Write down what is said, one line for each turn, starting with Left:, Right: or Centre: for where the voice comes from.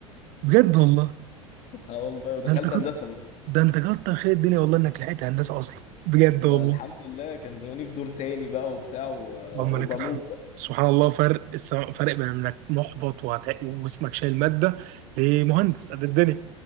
Right: بجد والله
Left: اه والله ودخلت
Right: ده انت كنت
Left: هندسة برضه
Right: ده انت كتر خير الدنيا والله انك لحقت هندسه اصلا بجد
Left: ده
Right: والله
Left: الحمد لله كان زماني في دور تاني بقى وبتاع و-
Right: اللهم لك
Left: وبموت
Right: الحمد
Left: بقى
Right: سبحان الله فرق السما- فرق بين انك محبط وهت... واسمك شايل ماده لمهندس قد الدنيا